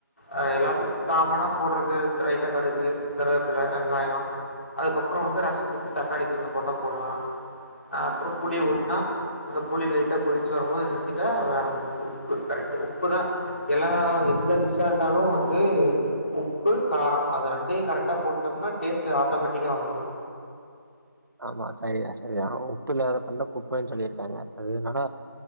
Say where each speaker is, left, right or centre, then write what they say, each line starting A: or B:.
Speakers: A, on the left; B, on the right.
A: அது எல்லாத்துக்கு காமனா போடுறது லைட்டா கடுகு கருவேப்பில வெங்காயோ அதுக்கப்புறோ வந்து ரசத்துக்கு தக்காளி கொஞ்சு போட்டா போட்லா அ அப்புறொ புளி ஊத்துனா அந்த புளி லைட்டா கொதிச்சி வரும்போது நிறுத்திட்டா அ உப்பு கரெக்ட்டு உப்பு தா எல்லா இது எந்த டிஷ்ஸா இருந்தாலு வந்து உப்பு காரோ அது ரெண்டையு கரெக்டா போட்டம்னா டேஸ்ட்டு ஆட்டோ மெட்டிக்கா வந்துரு
B: ஆமா சரிதா சரிதான் உப்பு இல்லாத பண்டொ குப்பைன் சொல்லிருக்காங்க அதுனால